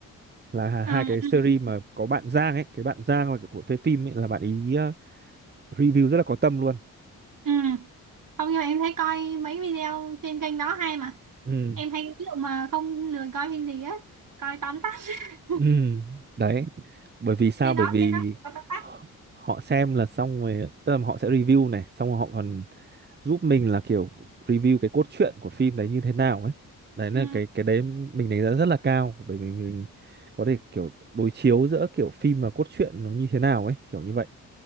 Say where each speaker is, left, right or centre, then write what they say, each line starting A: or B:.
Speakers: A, on the right; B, on the right.
A: là hai
B: ừ,
A: cái series mà có bạn Giang ấy cái bạn Giang là của phê phim ấy là bạn ý ờ, review rất là có tâm luôn
B: ừ, ừ. không nhưng mà em thấy coi mấy video trên kênh đó hay mà
A: ừ
B: em hay ví dụ mà không lười coi phim gì á coi tóm tắt <laughs>
A: ừ đấy bởi vì sao
B: trên
A: bởi
B: đó
A: vì
B: trên đó có tóm tắt
A: họ họ xem là xong rồi tức là họ sẽ review này xong rồi họ còn giúp mình là kiểu review cái cốt truyện của phim đấy như thế nào ấy đấy là
B: ừ
A: cái cái đấy mình đánh giá rất là cao bởi vì mình mình có thể kiểu đối chiếu giữa kiểu phim và cốt truyện nó như thế nào ấy kiểu như vậy